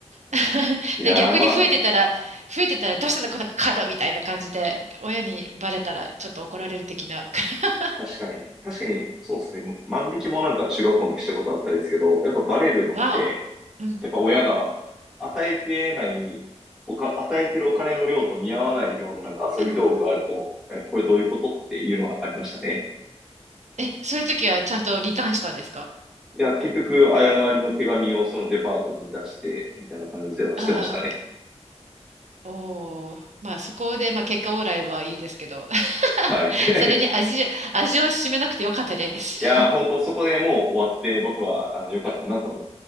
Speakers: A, on the right; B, in the centre.
A: <laughs>
B: いやー、
A: で、逆に増えてたら、
B: まあ、
A: 増えてたらどうしたのこのカードみたいな感じで、親にバレたらちょっと怒られる的な。<laughs>
B: 確かに。確かに、そうですね。万引きもなんか中学校の時したことあったんですけど、やっぱバレるのって、
A: わお。うん、
B: やっぱ親が与えてない、おか、与えてるお金の量と見合わない量のなんか遊び道具があると、
A: うん、うん。
B: え、これどういうことっていうのはありましたね。
A: え、そういう時はちゃんとリターンしたんですか
B: いや、結局、誤りの手紙をそのデパートに出して、みたいな感じではしてましたね。
A: ああー。おお、まあそこで、まあ、結果オーライはいいですけど、<laughs>
B: はい。<laughs>
A: それに味、味を占めなくてよかったです。
B: いやー、本当そこでもう終わって、僕は、あの、良かったなと思っ